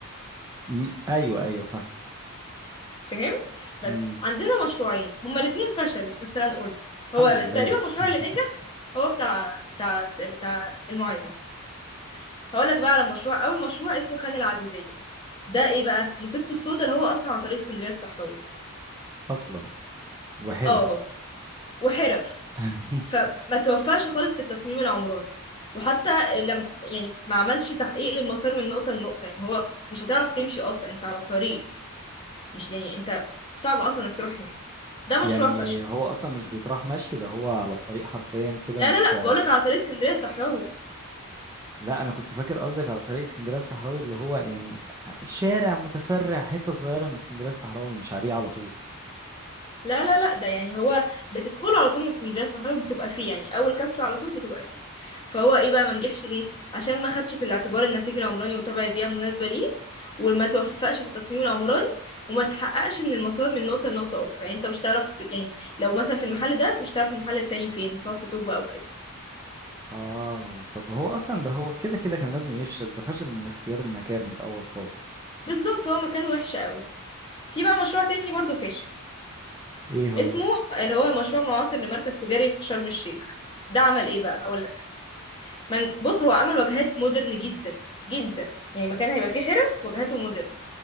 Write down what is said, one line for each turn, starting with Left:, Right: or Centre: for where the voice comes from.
Right: مم. ايوه ايوه فاهم
Left: فهمت
Right: مم.
Left: بس عندنا مشروعين هما الاتنين فشلوا بس هنقولهم هو
Right: الحمد لله
Left: تقريبا المشروع
Right: <laughs>
Left: اللي نجح هو بتاع بتاع بتاع المعيز هقولك بقى على مشروع اول مشروع اسمه خان العزيزية ده ايه بقى مصيبته السوداء اللي هو اصلا عن طريق اسكندرية الصحراوي
Right: اصلا وحرف
Left: اه وحرف
Right: <laughs>
Left: فما توفقش خالص في التصميم العمراني وحتى لم يعني ما عملش تحقيق للمسار من نقطة لنقطة يعني هو مش هتعرف تمشي اصلا انت على طريق مش يعني انت صعب اصلا انك تروح هناك ده
Right: يعني
Left: مشروع فشل
Right: هو اصلا مش بيتراح مشي ده هو على الطريق حرفيا كده
Left: لا
Right: مش
Left: لا
Right: ف...
Left: لا بقولك على طريق اسكندريه الصحراوي
Right: لا انا كنت فاكر قصدك على طريق اسكندريه الصحراوي اللي هو يعني شارع متفرع حته صغيره من اسكندريه الصحراوي مش عليه على طول
Left: لا لا لا ده يعني هو بتدخله على طول من اسكندريه الصحراوي بتبقى فيه يعني اول كسر على طول بتبقى فيه فهو ايه بقى ما نجحش ليه عشان ما خدش في الاعتبار النسيج العمراني وطبع البيئه المناسبه ليه وما توفقش في التصميم العمراني وما تحققش من المسار من نقطه لنقطه اخرى يعني انت مش تعرف ت- يعني لو مثلا في المحل ده مش تعرف المحل التاني فين هتقعد تتوه بقى وكده
Right: اه طب هو اصلا ده هو كده كده كان لازم يفشل ده فشل من اختيار المكان من الاول خالص
Left: بالظبط هو مكان وحش قوي في بقى مشروع تاني برضه فاشل
Right: ايه هو
Left: اسمه اللي هو مشروع معاصر لمركز تجاري في شرم الشيخ ده عمل ايه بقى هقول من... بص هو عمل واجهات مودرن جدا جدا يعني مكان هيبقى فيه حرف واجهاته مودرن